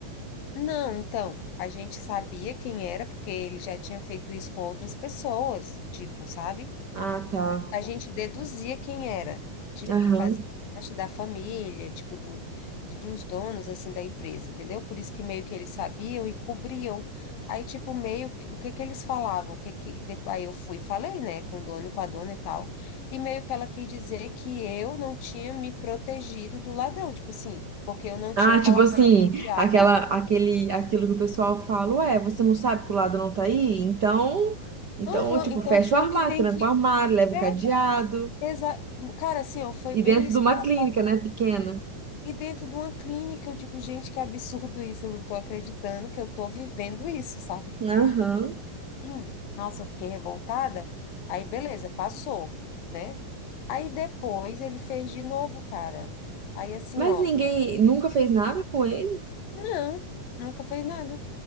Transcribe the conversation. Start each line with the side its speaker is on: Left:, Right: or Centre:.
Left: não, então, a gente sabia quem era, porque ele já tinha feito isso com outras pessoas, tipo, sabe?
Right: Ah, tá.
Left: a gente deduzia quem era, tipo,
Right: Aham.
Left: que fazia parte da família, tipo, do, de- dos donos, assim, da empresa, entendeu? Por isso que meio que eles sabiam e cobriam. Aí, tipo, meio que, o que que eles falavam, o que que, depois, aí eu fui e falei, né, com o dono e com a dona e tal, e meio que ela quis dizer que eu não tinha me protegido do ladrão, tipo assim, porque eu não
Right: Ah,
Left: tinha colocado
Right: tipo assim,
Left: o diário.
Right: aquela, aquele, aquilo que o pessoal fala, ué, você não sabe que o lado não tá aí? Então, então,
Left: Aham,
Right: tipo,
Left: então
Right: fecha
Left: tu
Right: o armário,
Left: que tem
Right: tranca
Left: que...
Right: o armário, leva
Left: É,
Right: o cadeado.
Left: exa... Cara, assim, ó, foi
Right: E
Left: bem
Right: dentro
Left: isso
Right: de uma
Left: que ela
Right: clínica,
Left: falou.
Right: né, pequena.
Left: E dentro de uma clínica, eu digo, gente, que absurdo isso, eu não tô acreditando que eu tô vivendo isso, sabe?
Right: Aham.
Left: Enfim, nossa, eu fiquei revoltada. Aí, beleza, passou, né? Aí depois ele fez de novo, cara. Aí assim,
Right: Mas
Left: ó,
Right: ninguém nunca fez nada com ele?
Left: não, nunca fez nada.